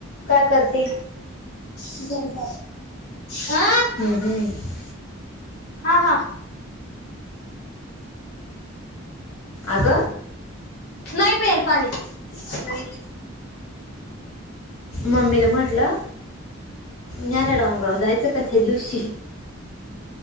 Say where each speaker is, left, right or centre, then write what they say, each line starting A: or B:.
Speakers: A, on the left; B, on the left.
A: काय करते?
B: अ् गर्भ <inaudible>
A: हम् हम्म <inaudible>
B: हा हा
A: आग
B: नाही पेल पाणी नाही.
A: मम्मीला म्हटलं नऱ डोंगराव जायचं का त्या दिवशी